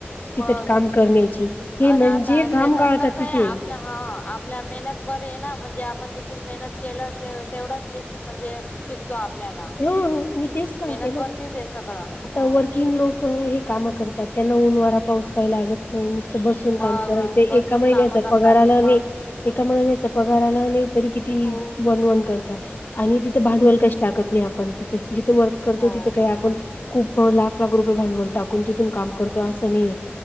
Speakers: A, on the left; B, on the left.
A: तिथच
B: मग
A: काम करण्याची,
B: आणि
A: हे म्हणजे
B: आता
A: घाम
B: शेतात
A: गाळतात
B: कसं
A: तिथे
B: आहे आपल्या हा, आपल्या मेहनत वर आहे ना, म्हणजे आपण जितकी मेहनत केलं, ते तेवढच पीक म्हणजे पिकतो आपल्याला.
A: ह मी तेच सांगते
B: मेहनत
A: ना
B: वरतीच आहे सगळं
A: आता
B: हो.
A: वर्किंग लोक, हे काम करतात, त्यांना ऊन-वारा पाऊस काय लागत नाही, नुसतं बसून काम
B: मग
A: करायचं.
B: बसून
A: एका महिन्याचा
B: काम करतात
A: पगार आला
B: ते मग
A: नाही एका महिन्याचा पगार आला नाही, तरी किती
B: हो
A: वन, वन कर तात आणि तिथं भांडवल काहीच टाकत नाही आपण तिथे. जिथे वर्क करतो,
B: हो
A: तिथे काही आपण खूप लाख, लाख रुपये भांडवल टाकून, तिथून काम करतो, असं नाहीये